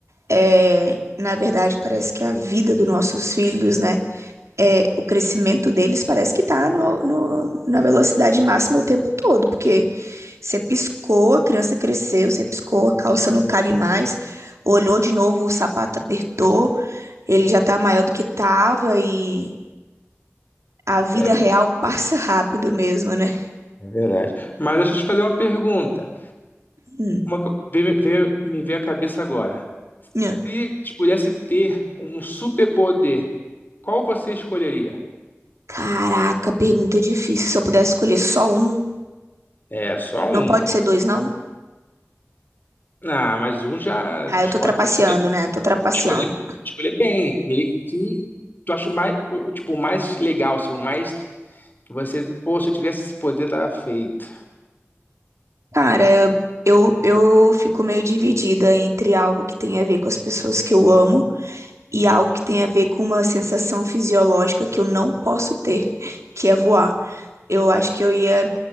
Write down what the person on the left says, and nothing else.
É,
é verdade. Mas deixa eu te fazer uma pergunta.
Uma que eu- veio- veio- me veio à cabeça agora.
Se te pudesse ter um superpoder, qual você escolheria?
É, só
um.
Ah, mas um já
escolhe,
tem que escolher,
tem que escolher, tem que escolher bem. Ele que tu acha o mais, o, o, tipo, o mais legal, assim, o mais que você, pô, se eu tivesse esse poder, tava feito.